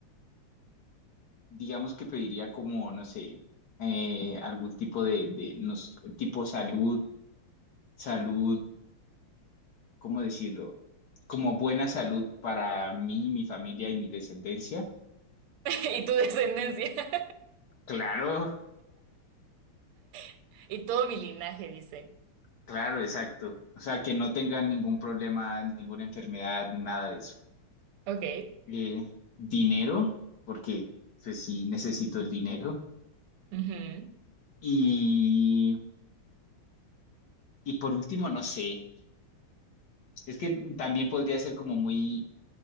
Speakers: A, on the left (about 55°); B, on the right (about 85°).
A: digamos que pediría como, no sé, eh, algún tipo de, de nos- tipo salud, salud, ¿cómo decirlo? Como buena salud para mí, mi familia y mi descendencia.
B: <laughs> Y tu descendencia.
A: Claro,
B: <laughs> Y todo mi linaje, dice.
A: claro, exacto. O sea, que no tengan ningún problema, ninguna enfermedad, nada de eso.
B: Ok.
A: eh, dinero, porque pues sí necesito el dinero.
B: Ujú.
A: Y, y por último, no sé, es que también podría ser como muy,